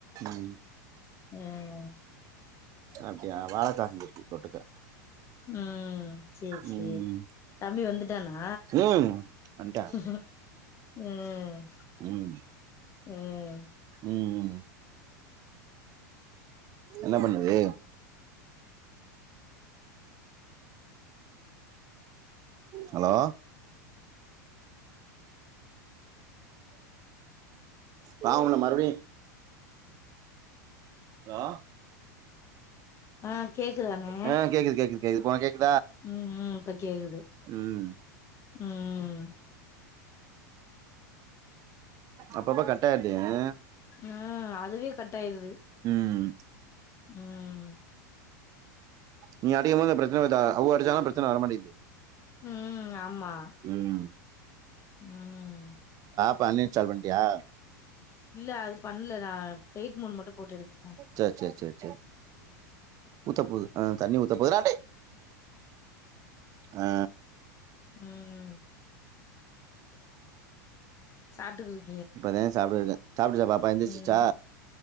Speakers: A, on the right; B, on the left.
A: ம்
B: ம்
A: அப்டியா வாழக்கா செஞ்சிருக்கு தொட்டுக்க
B: உம் செரி செரி
A: ம்
B: தம்பி வந்துட்டானா
A: ம் வன்ட்டா
B: உம்
A: ம்
B: உம்
A: ம் என்ன பண்ணுது ஹலோ நா உன்ன மறுப்டியு ஹலோ
B: அ கேக்குதாணே
A: ஆ <unintelligible>
B: ம் ம் இப்ப கேக்குது
A: ம்
B: ம்
A: அப்பப்ப கட்டாய்ர்து எ
B: உம் அ துவே கட்டாயிருது
A: ம்
B: உம்
A: நீ அடிக்குமோது ப்ரச்சன வர்தா அவுங்க அடிச்சாங்க ப்ரச்சன வர மாட்டேங்குது
B: உம் ஆமா
A: ம்
B: உம்
A: இப்ப அன் இன்ஸ்டால் பண்டியா
B: இல்ல அது ப இல்ல நா ஃப்லைட் மூட் மட்டு போட்டு எடுத்துட்டே
A: சேரி சேரி சேரி சேரி உத்த போது அ தண்ணி ஊத்த போதுடா டேய் ஆ
B: ம் சாப்ட்டுக்குது
A: இப்பதே சாப்டுட்ருக்கே சாப்டுச்சா பாப்பா எந்திரிச்சிச்சா
B: ம்